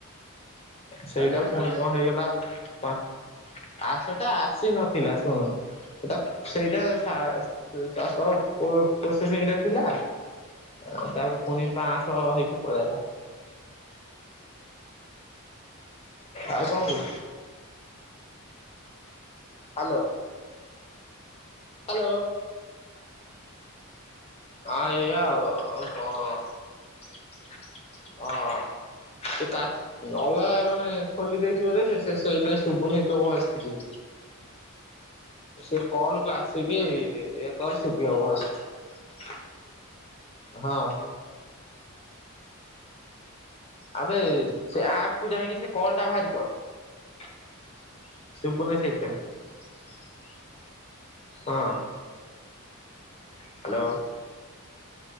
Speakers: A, on the left; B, on the right.
A: ସେଇଟା
B: କାଲି ବା ସାଢେ
A: ପୁଣି
B: ଚାରିଶହ
A: କଣ ହେଇଗଲା ପା? ଆ ସେଟା ଆସି ନଥିଲା ଶୁଣ ସେଟା ସେଇଟା ସା ଚାରିସହ ପୋ ପ୍ରୋସେସିଂ ରେ ଥିଲା ତାପରେ ପୁଣି ପାନ୍ସ ହେଇକି ପଳେଇ ଆଇଲା। ଆଉ କଣ କହୁଛୁ? ହାଲୋ। ହ୍ୟାଲୋ। ହଁ ଏୟା କଁ ଆଉ କଣ ହଁ। ତୁ କା ଅଲଗା ମାନେ ଖୋଲି ଦେଇଛୁ ବୋଧ ସେ ଶେଷ ନାଇ ଶୁଭୁନି ତୋ ଭଏସ କିଛି। ସେ କଲ କୁ ଆସିକି ଏ କର ଶୁଭିବ ଭଏସ। ହଁ। ଆବେ ସେ ଆପକୁୁ ଯାଇଁକି ସେ କଲ ଟା ବାହରି କର। ଶୁୁଭୁ ନି ସେଥି ପାଇଁ ହଁ। ହ୍ୟାଲୋ।